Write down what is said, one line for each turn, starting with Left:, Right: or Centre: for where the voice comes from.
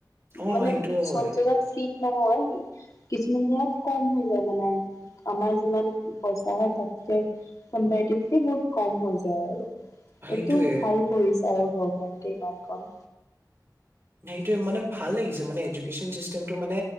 Right: অ
Left: মানে
Right: সেইটোও হয়
Left: চব জেগাত ফ্ৰী নহয় কিছুমান জেগাত কম হৈ যায় মানে আমাৰ যিমান পইচা হয় তাতকে কম্পেৰিটিভলি বহুত কম হৈ যায় আৰু।
Right: সেইটোয়ে
Left: এইটো ভাল কৰিছে আৰু গভমেণ্টে ইমানকণ
Right: সেইটো মানে ভাল লাগিছে মানে এডুকেচন চিষ্টেমটো মানে